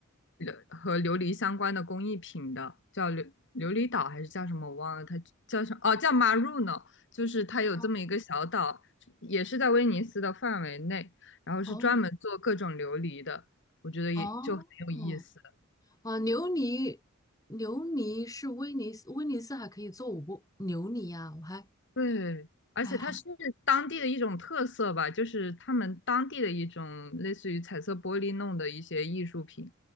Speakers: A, on the left; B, on the left.
A: 琉和琉璃相关的工艺品的，叫琉琉璃岛还是叫什么我忘了，它叫什么？哦，叫 Maruno，就是它有这么一个小岛，
B: 哦
A: 也是在威尼斯的范围内，然后是专门做各种琉璃的。
B: 哦
A: 我觉得也就很有意思。
B: 哦哦啊！琉璃，琉璃是威尼斯，威尼斯还可以做五不琉璃呀、我还
A: 对，而且它是当地的一种特色吧，
B: 还还
A: 就是他们当地的一种类似于彩色玻璃弄的一些艺术品，